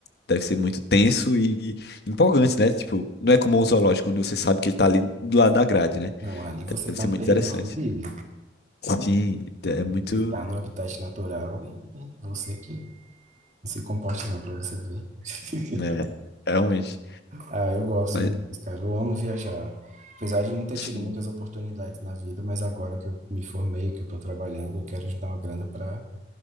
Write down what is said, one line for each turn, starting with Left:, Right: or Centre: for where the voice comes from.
Left: deve ser muito tenso e, e empolgante, né? Tipo, não é como um zoológico, onde você sabe que ele tá ali do lado da grade, né?
Right: Não, ali você
Left: Deve
Right: tá
Left: ser
Right: no
Left: muito
Right: território
Left: interessante.
Right: dele.
Left: Sim, é muito.
Right: Ele tá no habitat natural e você que não se comporta não pra você ver. <laughs>
Left: É, realmente.
Right: Ah, eu gosto
Left: Mas,
Right: demais, cara. Eu amo viajar. Apesar de não ter
Left: sim,
Right: tido muitas oportunidades na vida, mas agora que eu me formei, que eu tô trabalhando, eu quero juntar uma grana pra